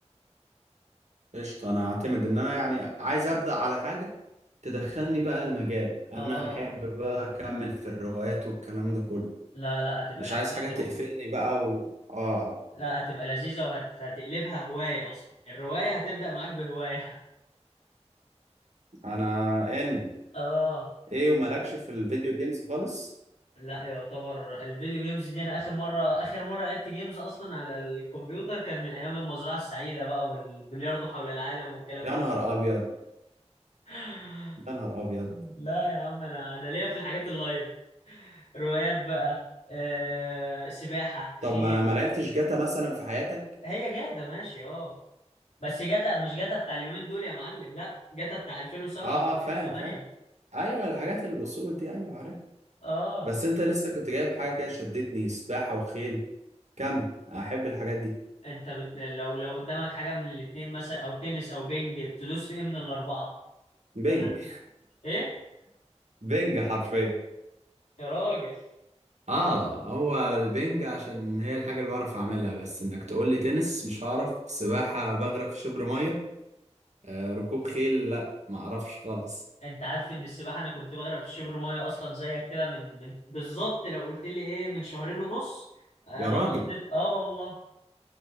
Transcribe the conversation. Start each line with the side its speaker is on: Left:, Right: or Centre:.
Right: قشطه انا هعتمد ان انا يعني عايز ابدا على حاجه تدخلني بقى المجال انا
Left: اه
Right: احب بقى اكمل في الروايات والكلام ده كله
Left: لا لا هتبقى
Right: مش
Left: لذيذة
Right: عايز حاجه تقفلني
Left: و...
Right: بقى و... اه
Left: لا هتبقى لذيذة وهتقلبها هواية أصلا الرواية هتبدأ معاك بهواية
Right: انا ان
Left: <laughs> اه
Right: ايه ومالكش في الفيديو جيمز خالص
Left: لا يعتبر الفيديو جيمز دي انا اخر مره اخر مره لعبت جيمز اصلا على الكمبيوتر كان من ايام المزرعه السعيده بقى والبلياردو حول العالم والكلام
Right: يا
Left: ده
Right: نهار ابيض
Left: <laughs>
Right: يا نهار ابيض
Left: لا يا عم انا انا ليا في الحاجات اللايف روايات بقى آه، سباحه
Right: طب
Left: خيل
Right: ما ما لعبتش جاتا مثلا في حياتك
Left: هي جاتا ماشي اه بس جاتا مش جاتا بتاع اليومين دول يا معلم لا جاتا بتاع 2007
Right: اه
Left: و2008
Right: اه فاهم فاهم ايوه الحاجات الاصول دي ايوه عارف
Left: اه
Right: بس انت لسه كنت جايب حاجة كده شدتني سباحة وخيل كمل احب الحاجات دي
Left: انت بد... لو لو قدامك حاجه من الاتنين مثلا او تنس او بينج تدوس في ايه من الاربعه
Right: بنج
Left: ولا انت ايه
Right: <laughs> بنج حرفيا
Left: يا راجل
Right: اه هو البنج عشان هي الحاجة اللي بعرف اعملها بس انك تقول لي تنس مش هعرف سباحة بغرق في شبر مية آه ركوب خيل لا ما اعرفش خالص
Left: انت عارف ان السباحه انا كنت بغرق في شبر ميه اصلا زيك كده من من بالظبط لو قلت لي ايه من شهرين ونص آه
Right: يا
Left: لو
Right: راجل
Left: حطيت اه والله